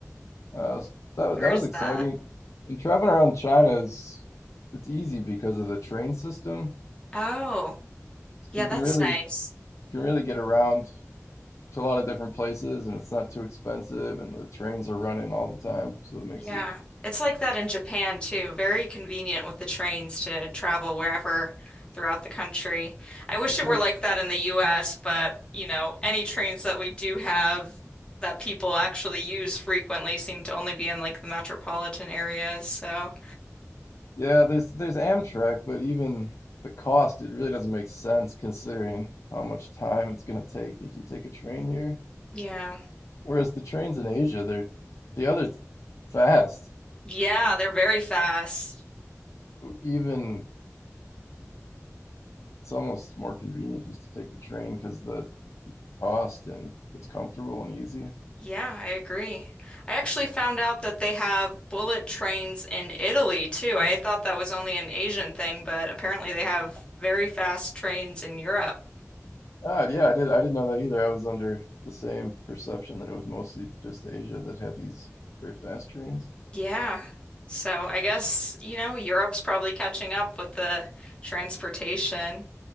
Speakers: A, on the left (about 65°); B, on the left (about 20°).
A: Uh, s- that wa-
B: Where's
A: that was exciting.
B: that?
A: And traveling around China is it's easy because of the train system.
B: Oh,
A: So
B: yeah,
A: you
B: that's
A: can really
B: nice.
A: you can really get around to a lot of different places, and it's not too expensive, and the trains are running all the time, so it makes
B: Yeah.
A: it.
B: It's like that in Japan too. Very convenient with the trains to travel wherever throughout the country. I wish it
A: Yeah,
B: were like that in the US, but you know, any trains that we do have that people actually use frequently seem to only be in like the metropolitan areas. So,
A: yeah. There's there's Amtrak, but even the cost, it really doesn't make sense considering how much time it's gonna take if you take a train here.
B: yeah.
A: Whereas the trains in Asia, they're the other th- fast.
B: Yeah, they're very fast.
A: Even it's almost more convenient just to take the train because the Austin. It's comfortable and easy.
B: Yeah, I agree. I actually found out that they have bullet trains in Italy too. I thought that was only an Asian thing, but apparently they have very fast trains in Europe.
A: Ah, yeah, I did. I didn't know that either. I was under the same perception that it was mostly just Asia that had these very fast trains.
B: Yeah. So I guess, you know, Europe's probably catching up with the transportation.